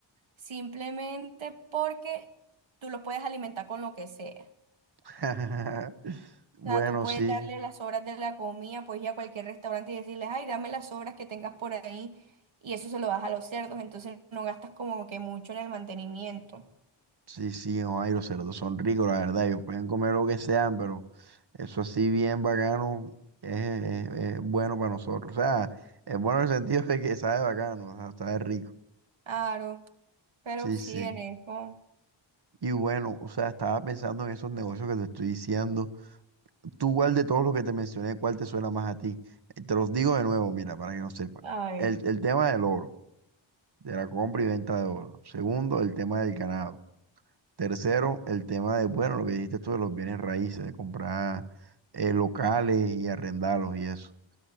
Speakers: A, on the right (about 80°); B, on the right (about 55°).
A: simplemente porque tú los puedes alimentar con lo que sea.
B: <laughs> Bueno,
A: O sea, tú puedes
B: sí,
A: darle las sobras de la comida, pues ir a cualquier restaurante y decirles, ay, dame las sobras que tengas por ahí, y eso se lo das a los cerdos, entonces no gastas como que mucho en el mantenimiento.
B: sí, sí, no, ay, los cerdos son ricos, la verdad, ellos pueden comer lo que sean, pero eso así bien bacano es, es- es bueno para nosotros, o sea, es bueno en el sentido de que sabe bacano, o sea, sabe rico,
A: Claro, pero
B: sí,
A: sí
B: sí.
A: en eso.
B: Y bueno, o sea, estaba pensando en esos negocios que te estoy diciendo. Tú, ¿cuál de todos los que te mencioné, cuál te suena más a ti? Eh, Te los digo de nuevo, mira, para que no sepan.
A: ay
B: El, el tema del oro, de la compra y venta de oro. Segundo, el tema del ganado. Tercero, el tema de, bueno, lo que dijiste tú de los bienes raíces, de comprar eh, locales y arrendarlos y eso.